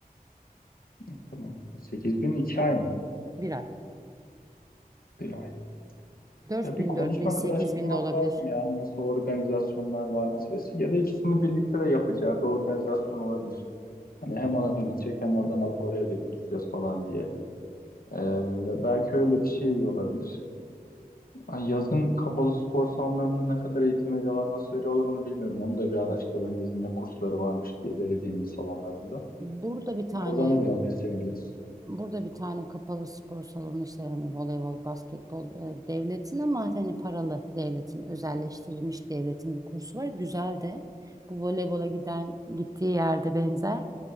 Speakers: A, on the left; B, on the right.
A: E, Tamam. 8 bin 2 ay mı?
B: Bir ay.
A: Bir ay.
B: 4
A: Ya
B: bin,
A: bir konuşmak,
B: 4 bin, 8
A: araştırmak
B: bin de olabilir.
A: lazım ya. Nasıl organizasyonlar var, nasıl vesile- Ya da ikisini birlikte de yapacağı bir organizasyon olabilir. Hani hem ona gidecek hem oradan alıp oraya da götüreceğiz falan diye. Ee, belki öyle bir şey olabilir. Ay, Yazın kapalı spor salonlarında ne kadar eğitim veriyorlar, nasıl veriyorlar onu bilmiyorum. Onu da bir araştırın. Yazın ne kursları varmış diye belediyenin salonlarında.
B: Burada bir tane
A: Oradan da biraz beslenebiliriz.
B: Burada bir tane kapalı spor salonu işte hani voleybol, basketbol e, devletin ama hani paralı devletin, özelleştirilmiş devletin bir kursu var. Güzel de bu voleybola giden gittiği yerde benzer.